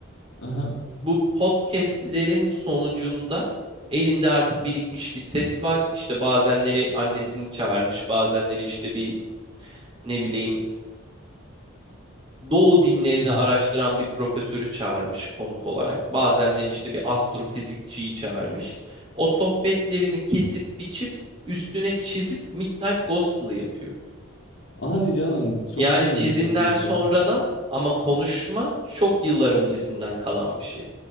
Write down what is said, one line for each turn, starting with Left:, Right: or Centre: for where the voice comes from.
Left: Aha.
Right: Bu podcastlerin sonucunda elinde artık birikmiş bir ses var. İşte bazenleri annesini çağırmış, bazenleri işte bir ne bileyim Doğu dinlerini
Left: <laughs>
Right: araştıran bir profesörü çağırmış konuk olarak. Bazenleri işte bir astrofizikçiyi çağırmış. O sohbetlerini kesip biçip üstüne çizip Midnight Gospel'ı yapıyor.
Left: Hadi canım çok
Right: Yani
Left: iyiymiş
Right: çizimler
Left: yapılışı.
Right: sonradan ama konuşma çok yıllar öncesinden kalan bir şey.